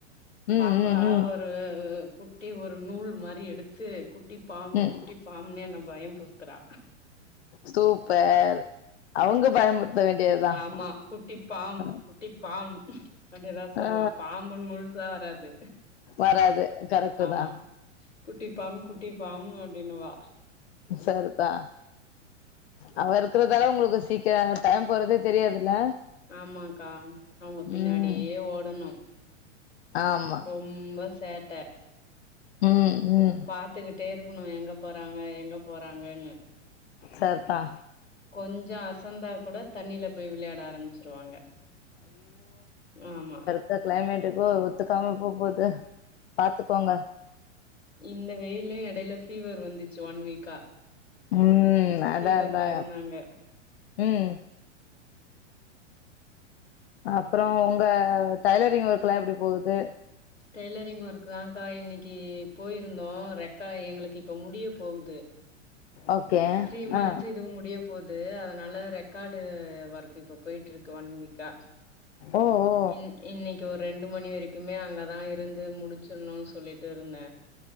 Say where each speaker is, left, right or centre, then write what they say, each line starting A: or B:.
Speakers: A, on the left; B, on the left.
A: ம்
B: பாப்பா
A: ம் ம்
B: ஒரு ஒரு குட்டி ஒரு நூல் மாரி எடுத்து குட்டி பாம்பு
A: ம்
B: குட் குட்டிப்பாம்புன்னு என்ன பயமுத்துறா
A: சூப்பர் அவங்க பயமுறுத்த வேண்டியதுதா
B: ஆமா குட்டிப்பாம்
A: ஆ
B: குட்டிப்பாம் அப்டிதா சொல்லுவா
A: ஆ,
B: பாம்புன்னு முழுசா வராது
A: வராது கரெக்ட்
B: ஆமா
A: தா
B: குட்டிப்பாம் குட்டிப்பாம் அப்டின்னு வா
A: செர்தா அவ இருக்கறதுதால உங்களுக்கு சீக்கிர டைம் போறதே தெரியாதுல்ல
B: ஆமாங்கா அவுங்க பின்னாடியே
A: ம்
B: ஓடணு
A: ஆமா
B: ரொம்ப சேட்ட
A: ம் ம்
B: பாத்துக்கிட்டே இருக்கணு எங்க போறாங்க எங்க போறாங்கன்னு
A: சேர்த்தா
B: கொஞ்சோ அசந்தாக்கூட தண்ணில்ல போய் விளையாட ஆரம்மிச்சிருவாங்க ஆமா
A: இந்த களைமட்டுக்கு ஓ ஒத்துக்காம போ போது பாத்துக்கோங்க
B: இந்த வெயில்லயு இடைல ஃபீவர் வந்துச்சு ஒன் வீக்கா
A: ம் அதா
B: ஃபீவர்ல
A: அதா
B: இருந்தாங்க
A: ம் அப்றோ உங்க டைலரிங் ஒர்க்ல்லா எப்டி போது
B: டெய்லரிங் ஒர்க்தாக்கா இன்னிக்கி போயிருந்தோ ரெக்கா எங்களுக்கு இப்ப முடிய போவுது
A: ஓகே
B: த்ரீ மந்து
A: ஆ
B: இதுவு முடிய போது அதுனால ரெக்காடு ஓர்க்கு இப்ப போய்ட்டுருக்கு ஒன் வீக்கா
A: ஓ ஓ
B: இன் இன்னிக்கி ஒரு ரெண்டு மணி வரைக்குமே அங்கதா இருந்து முடிச்சிருன்னு சொல்லிட்டு இருந்த